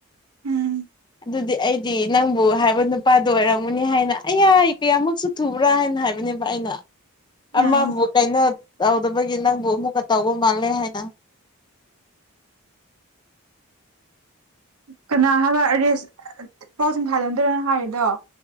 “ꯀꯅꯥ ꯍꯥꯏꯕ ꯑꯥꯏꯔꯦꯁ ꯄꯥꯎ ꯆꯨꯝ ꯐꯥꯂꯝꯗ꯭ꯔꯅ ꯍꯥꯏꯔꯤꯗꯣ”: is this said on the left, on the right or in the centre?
Right